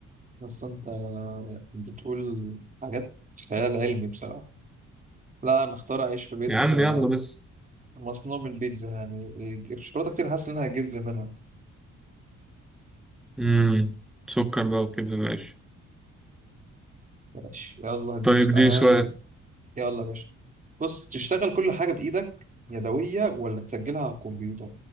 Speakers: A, on the right; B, in the centre.
A: بس انت بتقول حاجات خيال علمي بصراحة لا انا اختار اعيش في بيت
B: يا عم
A: آه،
B: يلا بس
A: مصنوع من البيتزا يعني الشوكولاتة كتير حاسس انها هجز منها
B: امم سكر بقى وكده ماشي
A: ماشي يلا هديك
B: طيب
A: سؤال
B: اديني سؤال
A: يلا يا باشا بص تشتغل كل حاجة بإيدك يدوية ولا تسجلها على الكمبيوتر